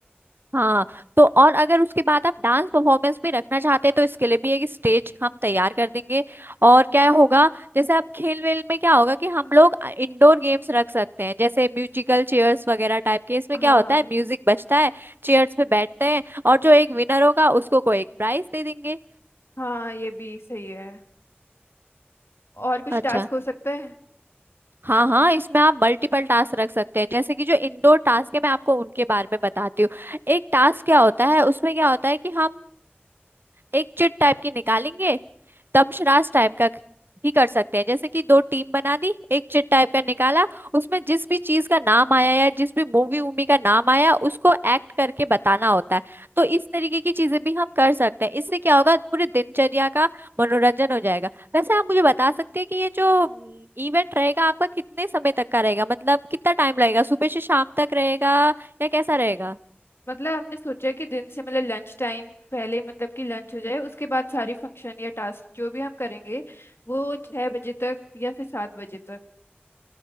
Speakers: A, on the right (about 60°); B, on the left (about 80°).
A: हाँ तो और अगर उसके बाद आप डांस परफॉर्मेंस भी रखना चाहते हैं तो इसके लिए भी एक स्टेज हम तैयार कर देंगे और क्या होगा जैसे आप खेल वेल में क्या होगा कि हम लोग इंडोर गेम्स रख सकते हैं जैसे म्यूजिकल चेयर्स वगैरह टाइप के इसमें क्या
B: हाँ
A: होता है म्यूजिक बजता है चेयर्स पे बैठते हैं और जो एक विनर होगा उसको कोई एक प्राइज दे देंगे
B: हाँ ये भी सही है और कुछ
A: अच्छा
B: टास्क हो सकता है
A: हाँ हाँ इसमें आप मल्टीपल टास्क रख सकते हैं जैसे कि जो इंडोर टास्क है मैं आपको उनके बारे में बताती हूँ एक टास्क क्या होता है उसमें क्या होता है कि हम एक चिट टाइप की निकालेंगे दमशराज टाइप का ही कर सकते हैं जैसे कि दो टीम बना दी एक चिट टाइप का निकाला उसमें जिस भी चीज का नाम आया या जिस भी मूवी वूवी का नाम आया उसको एक्ट करके बताना होता है तो इस तरीके की चीजें भी हम कर सकते हैं इससे क्या होगा पूरी दिनचर्या का मनोरंजन हो जाएगा वैसे आप मुझे बता सकते हैं कि ये जो इवेंट रहेगा आपका कितने समय तक का रहेगा मतलब कितना टाइम लगेगा सुबह से शाम तक रहेगा या कैसा रहेगा
B: मतलब हमने सोचा कि दिन से मतलब लंच टाइम पहले मतलब कि लंच हो जाए उसके बाद सारी फंक्शन या टास्क जो भी हम करेंगे वो छह बजे तक या फिर सात बजे तक